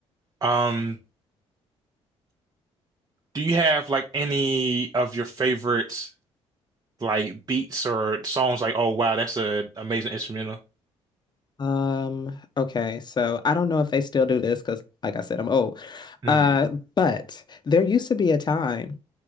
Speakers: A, on the right; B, on the left.
A: Um do you have like any of your favorite like beats or songs like oh wow that's a amazing instrumental?
B: Um, okay, so I don't know if they still do this because, like I said, I'm old.
A: Mm.
B: Uh, but there used to be a time